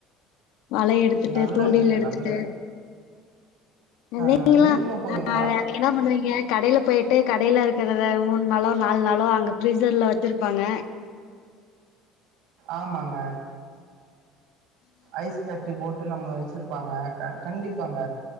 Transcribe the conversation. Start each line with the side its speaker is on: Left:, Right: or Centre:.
Left: வல எடுத்துட்டு
Right: நல்ல
Left: தூண்டில்
Right: விஷயோ
Left: எடுத்துட்டு
Right: நல்ல
Left: நீங்களா
Right: ஆ நீங்களு போவீங்களா
Left: நான் நீங்களா என்ன பண்ணுவீங்க கடையில போயி போய் கடையல இருக்கறத மூணு நாளோ நாலு நாளோ அங்க பிரீஸர்ல வச்சிருப்பாங்க
Right: ஆமாங்க ஐஸ் கட்டி போட்டு நம்ம வச்சிருப்பாங்க கண்டிப்பாங்க